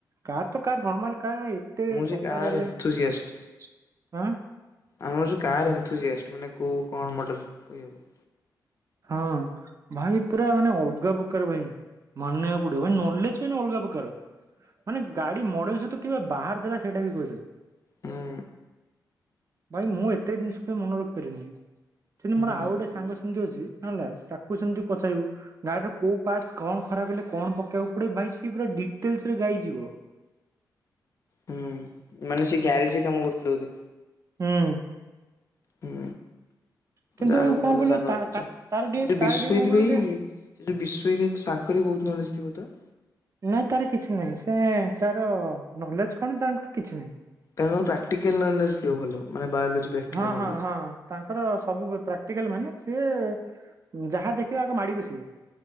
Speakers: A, on the right; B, on the left.
A: କାର୍ ତ କାର୍ ନର୍ମାଲ କାର୍ ଏ ତେ
B: ମୁଁ ଯେ
A: ପକାର
B: କାର୍
A: ହେଲେଁ।
B: ଏନ୍ଥୁଜିଆଷ୍ଟ
A: ଆଁ
B: ଆମେ ହେଉଚୁ କାାର୍ ଏନ୍ଥୁଜିଆଷ୍ଟ ମାନେ କଉଁ କଣ ମଡ଼େଲ୍ କହିହେବ।
A: ହଁ ଭାଇ ପୁରା ମାନେ ଅଲଗା ପ୍ରକାର ଭାଇ। ମାନିବାକୁ ପଡିବ ଭାଇ ନଲେଜ କିନ୍ତୁ ଅଲଗା ପ୍ରକାର। ମାନେ ଗାଡି ମଡେଇ ସହିତ କେବେ ବାହାର ଦେଲା ସେଇଟା ବି କହିଦେବେ।
B: ହୁଁ
A: ଭାଇ ମୁଁ ଏତେ ଜିନିଷ ପାଇଁ ମନ ରଖିପାରିବିନି। ସେମିତି
B: ହୁଁ
A: ମୋର ଆଉ ଗୋଟେ ସାଙ୍ଗ ସେମିତି ଅଛି ହେଲା। ତାକୁ ସେମିତି ପଚାରିବୁ? ଗାଡିର କୋଉ ପାର୍ଟସ୍ କଣ ଖରାପ ହେଲେ କଣ ପକେଇବାକୁ ପଡେ ଭାଇ ସଏ ପୁରା ଡିଟେଲସ ରେ ଗାଇଯିବ।
B: ହୁଁ ମାନେ ସେ ଗ୍ୟାରେଜ କାମ କରୁଥିଲେ ବୋଧେ।
A: ହୁଁ।
B: ହୁଁ
A: କିନ୍ତୁ
B: ଯାହା ହଉ
A: କଣ
B: ଭଲ
A: କହିଲୁ
B: ସାଙ୍ଗ
A: ତା
B: ରଖିଚ।
A: ତା ତାର
B: ସେ
A: ଟିକେ
B: ଯୋଉ
A: ତାର
B: ବିଶ୍ଵଜିତି
A: ଟିକେ କଣ
B: ଭାଇ
A: କହିଲୁ ଟିକେ
B: ସେ ବିଶୋଇ ତାଙ୍କରି ବି ବହୁତ ନଲେଜ ଥିବ ତ?
A: ନାଇଁ ତାର କିଛି ନାହିଁ ସେ ତାର ନଲେଜ କଣ ତାଙ୍କର କିଛି ନାହିଁ।
B: ତାଙ୍କର ପ୍ରାକ୍ଟିକାଲ ନଲେଜ ଥିବ ଭଲ ମାନେ ବାୟୋଲୋଜି ପ୍ରାକ୍ଟିକାଲ
A: ହଁ ହଁ
B: ନଲେଜ।
A: ହଁ। ତାଙ୍କର ସବୁ ପ୍ରାକ୍ଟିକାଲ ମାନେ ସିଏ ଯାହା ଦେଖିବେ ଆଗ ମାଡି ବସିବେ।